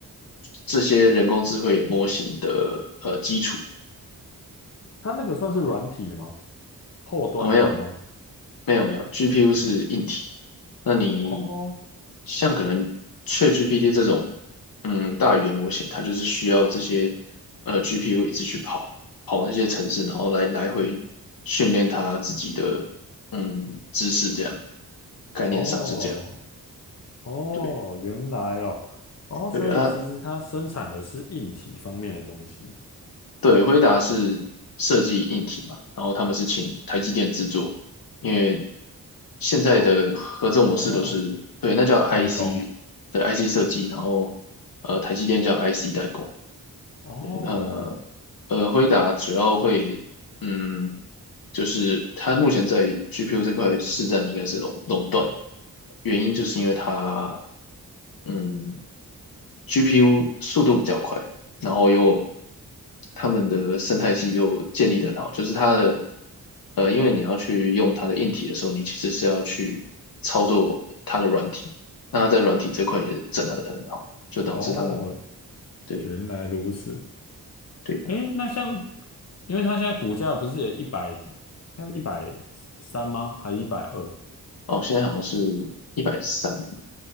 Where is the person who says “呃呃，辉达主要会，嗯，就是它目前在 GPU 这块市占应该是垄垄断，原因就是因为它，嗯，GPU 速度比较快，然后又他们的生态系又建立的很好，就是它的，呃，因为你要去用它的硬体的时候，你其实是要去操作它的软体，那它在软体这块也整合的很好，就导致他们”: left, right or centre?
Left